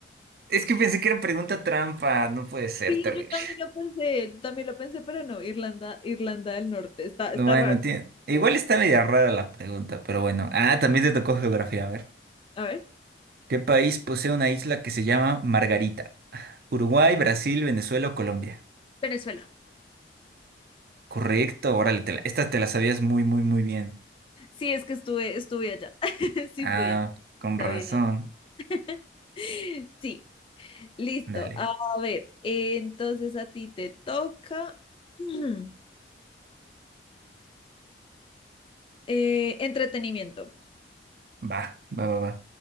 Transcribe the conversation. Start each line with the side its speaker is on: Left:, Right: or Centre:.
Right: Es que pensé que era pregunta trampa. No puede ser,
Left: Sí,
Right: terrible.
Left: yo también lo pensé, también lo pensé, pero no, Irlanda, Irlanda del Norte, está, está
Right: Bueno,
Left: raro.
Right: tie-
Left: <clears throat>
Right: igual
Left: Eso.
Right: está media rara la pregunta, pero bueno. Ah, también te tocó geografía. A ver.
Left: A ver,
Right: ¿Qué país posee una isla que se llama Margarita? Uruguay, Brasil, Venezuela o Colombia.
Left: Venezuela.
Right: Correcto, órale, te la- esta te la sabías muy, muy, muy bien.
Left: Sí, es que estuve, estuve allá. <laughs> Sí,
Right: Ah,
Left: fui, entonces
Right: con
Left: sabía.
Right: razón.
Left: <laughs> Sí, listo.
Right: Dale.
Left: A ver, eh, entonces a ti te toca <clears throat> eh, entretenimiento.
Right: Va, va, va, va.